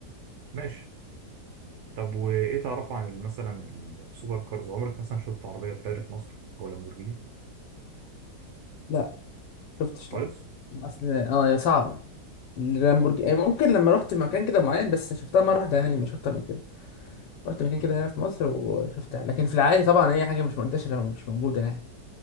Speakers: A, on the right; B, on the left.
A: ماشي طب وايه تعرفه عن ال- مثلا السوبر كارز عمرك مثلا شفت عربيه فيراري في مصر او لامبورجيني
B: لا شفتش
A: خالص
B: لا اصل اه يعني صعبه اللامبورجيني يعني، ممكن لما رحت مكان كده معين بس شفتها مره واحده يعني مش اكتر من كده رحت مكان كده هنا في مصر وشفتها لكن في العادي طبعا هي حاجة مش منتشرة ومش موجودة يعني